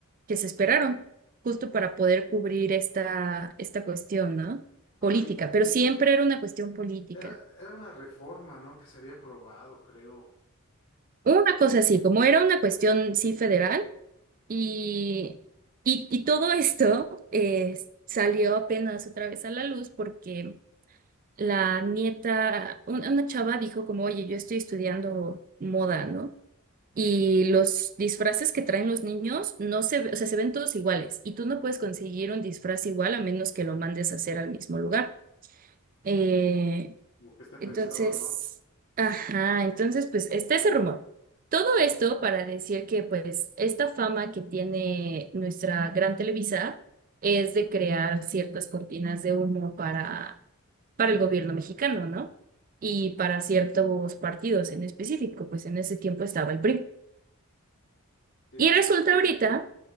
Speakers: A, on the right (about 40°); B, on the left (about 60°).
A: que se esperaron justo para poder cubrir esta, esta cuestión, ¿no?
B: Ay,
A: Política, pero siempre era una cuestión política.
B: era, era una reforma, ¿no? Que se había aprobado, creo.
A: Una cosa así, como era una cuestión, sí, federal, y, y, y todo esto eh, salió apenas otra vez a la luz porque la nieta, un- una chava dijo como, oye, yo estoy estudiando moda, ¿no? Y los disfraces que traen los niños no se, ve- o sea, se ven todos iguales y tú no puedes conseguir un disfraz igual a menos que lo mandes a hacer al mismo lugar. Eh,
B: Como que esté pensado,
A: entonces,
B: ¿no?
A: ajá, entonces pues está ese rumor. Todo esto para decir que pues esta fama que tiene nuestra gran Televisa es de crear ciertas cortinas de humo para, para el gobierno mexicano, ¿no? Y para ciertos partidos en específico, pues en ese tiempo estaba el PRI.
B: Sí,
A: Y resulta ahorita